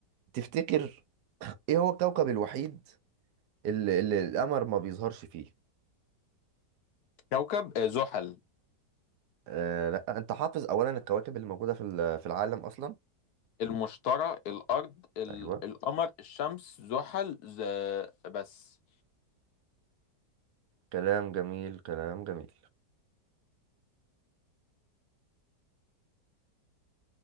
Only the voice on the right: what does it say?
تفتكر ايه هو الكوكب الوحيد اللي, اللي القمر ما بيظهرش فيه
آه لا انت حافظ اولا الكواكب اللي موجودة في ال- في العالم اصلا
ايوه
كلام جميل كلام جميل